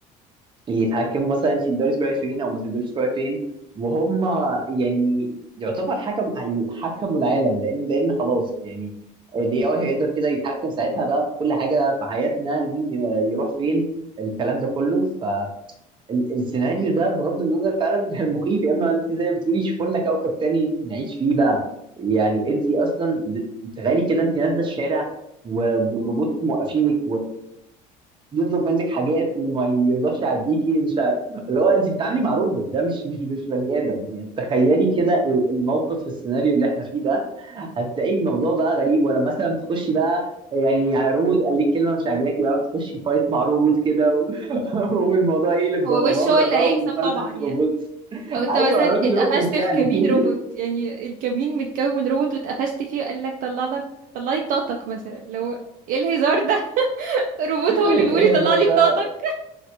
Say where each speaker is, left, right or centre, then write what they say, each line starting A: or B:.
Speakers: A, on the right; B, on the right.
A: يتحكموا مثلا في الدوري الاسبوعي فين او ما في الدوري الاسبوعي فين وهم يعني يعتبر حكم هي- حكموا العالم لان لان خلاص يعني الاي اي هيقدر كده يتحكم ساعتها بقى في كل حاجه في حياتنا مين ي- يروح فين الكلام ده كله فالسيناريو ده بغض النظر فعلا <laughs> مخيف يا اما انت زي ما بتقولي شوفوا لنا كوكب تاني نعيش فيه بقى يعني انت اصلا ب- تخيلي كده انت نازله الشارع و- وروبوت موقفينك يطلب منك حاجات وما يرضاش يعديكي مش ع... اللي هو انت بتتعاملي مع روبوت ده مش مش مش بني ادم يعني تخيلي كده ال- الموقف في السيناريو اللي احنا فيه ده هتلاقي الموضوع بقى غريب ولا مثلا تخشي بقى يعني يعني روبوت قال لك كلمه مش عاجباكي بقى تخشي فايت مع روبوت كده و... <laughs> والموضوع يقلب
B: هو
A: بمغامره
B: وش هو اللي
A: بقى
B: هيكسب
A: ومطارده
B: طبعا يعني
A: روبوت
B: او انت
A: ايوه
B: مثلا
A: الراجل
B: اتقفشت
A: روبوت يعني
B: في كمين
A: <laughs>
B: روبوت يعني الكمين متكون من روبوت واتقفشت فيه وقال لك طلع لك طلعي بطاقتك مثلا لو ايه الهزار ده <laughs> روبوت هو
A: ايه
B: اللي بيقول
A: الهزار
B: لي طلع لي
A: ده
B: بطاقتك